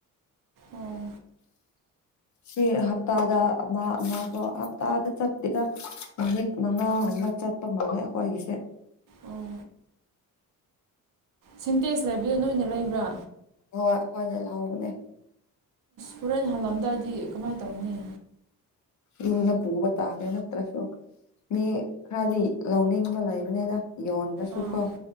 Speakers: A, on the right; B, on the left.
A: ꯑꯣ
B: ꯁꯤ ꯍꯞꯇꯥꯗ ꯑꯃꯥ ꯑꯃꯥ ꯀ‌ꯣ ꯍꯞꯇꯥꯗ ꯆꯠꯄꯦꯗ ꯅꯨꯃꯤꯠ ꯃꯉꯥꯒꯨꯝꯕ ꯆꯠ ꯄ ꯃꯥꯜꯂꯦ ꯑꯩꯈꯣꯏꯒꯤꯁꯦ
A: ꯑꯣ ꯁꯤꯟꯇꯦꯛꯁ ꯂꯩꯕꯗꯨ ꯅꯣꯏꯅ ꯂꯩꯕ꯭ꯔꯥ
B: ꯍꯣꯏ ꯍꯣꯏꯅ ꯂꯥꯛꯕꯅꯦ
A: ꯍꯣꯔꯦꯟ ꯍꯜꯂꯝꯗꯥꯗꯤ ꯀꯃꯥꯏꯅ ꯇꯧꯅꯤ
B: ꯌꯨꯝꯅ ꯄꯨꯕ ꯇꯥꯔꯦ ꯅ ꯇ꯭ꯔꯁꯨ ꯃꯤ ꯈꯔꯗꯤ ꯂꯧꯅꯤꯡꯕ ꯂꯩꯕꯅꯤꯗ ꯌꯣꯟꯕꯁꯨ
A: ꯑꯥ
B: ꯀꯣ